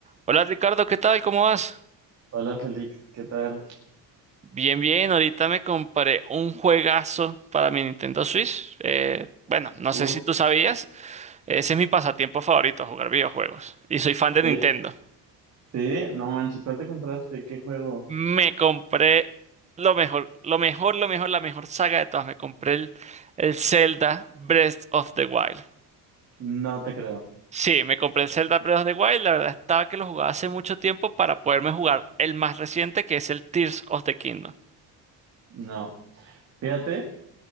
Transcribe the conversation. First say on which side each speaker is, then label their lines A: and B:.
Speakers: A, on the right (about 15°); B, on the right (about 40°).
A: Hola Ricardo, ¿qué tal? ¿Cómo vas?
B: Hola Félix, ¿qué tal?
A: Bien, bien, ahorita me compré un juegazo para mi Nintendo Switch. Eh, bueno, no sé
B: Uh,
A: si tú sabías, ese es mi pasatiempo favorito, jugar videojuegos. Y soy fan de
B: sí,
A: Nintendo.
B: sí, no manches, ¿cuál te compraste? ¿Qué juego?
A: Me compré lo mejor, lo mejor, lo mejor, la mejor saga de todas. Me compré el, el Zelda Breath of the Wild.
B: No te creo,
A: Sí, me compré el Zelda Breath of the Wild. La verdad estaba que lo jugaba hace mucho tiempo para poderme jugar el más reciente, que es el Tears of the Kingdom.
B: no. Fíjate,